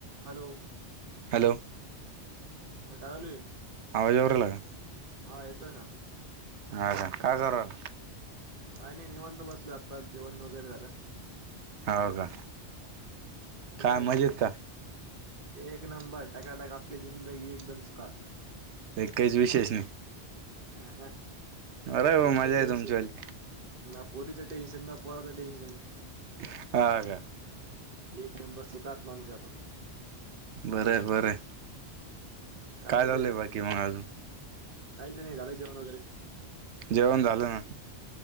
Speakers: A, on the right; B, on the right.
A: Hello
B: hello
A: अरे काय चालू आहे?
B: आवाज येऊ राहिला का
A: हा येतोय ना
B: अच्छा काय करल
A: काय नाही निवत बसल आत्ता जेवण वगैरे झालं
B: हो का
A: कुठं
B: काय
A: आहेत
B: मजेत का
A: एक नंबर टकाटका आपली जिंदगी एकदम सुखात
B: काहीच विशेष नाही
A: ह ह
B: बरं
A: ना
B: आहे भाऊ
A: पोरीच
B: मजा आहे
A: टेन्शन
B: तुमचीवाली
A: ना पोरी टेशन ना पोराचा टेन्शन
B: हा का
A: एक नंबर सुखात माणूस आहे
B: बरं आहे बरं आहे काय
A: चालू
B: चालय
A: आहे?
B: बाकी मग अजून
A: काहीच नाही झालं जेवण वगैरे
B: जेवण झालं ना